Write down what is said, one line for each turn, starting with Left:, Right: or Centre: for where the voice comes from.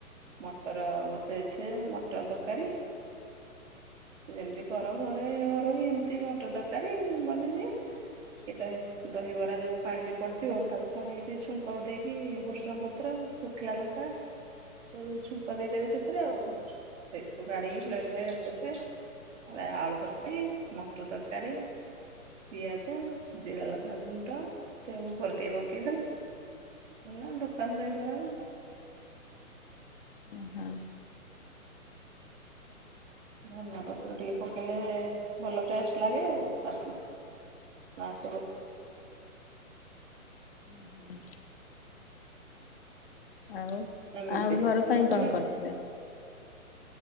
Right: ମଟର ବତୁରେଇ ଦେଇ ଥିବେ ମଟର ତରକାରୀ। ଯେମିତି କର ଘରେ ଘରୋଇ ଏମତି ଘ <unintelligible> ତରକାରୀ ବନେଇଦିଏ <unintelligible> ଦହି ଦହିବରା ଯୋଉ ପାଣି ରେ ପଡ଼ିଥିବ ତାକୁ ପୁଣି ସେ ଛୁଙ୍କ ଦେଇକି ବୃସଙ୍ଗ ପତ୍ର, ଶୁଖିଲା ଲଙ୍କା ସବୁ ଛୁଙ୍କ ଦେଇଦେବେ ସେଥିରେ ଆଉ ସେଥିରୁ କାଢିକି ପ୍ଲେଟରେ ଦେବେ। ଆରେ ଆଳୁ ତରକାରୀ, ମଟର ତରକାରୀ ପିଆଜ, ଜିରା ଲଙ୍କା ଗୁଣ୍ଡ ସେଉ ଉପରଟେଇବ <unintelligible> ହେଲା ଦୋକାନ ଦହିବରା ହବ।
Left: ଓ ହୋ!
Right: ଧନିଆ ପତ୍ର ଟିକେ ପକେଇଲେ ଭଲ ଟେଷ୍ଟ ଲାଗେ ଆଉ ଆସ ନା ଆସିବ
Left: ହୁଁ ହୁଁ। ଆଉ
Right: ଏମିତି
Left: ଆଉ ଘର
Right: ମୁଁ
Left: ପାଇଁ
Right: ନେଇଥିଲି
Left: କଣ
Right: ଆଉ
Left: କରିିଥିଲେ?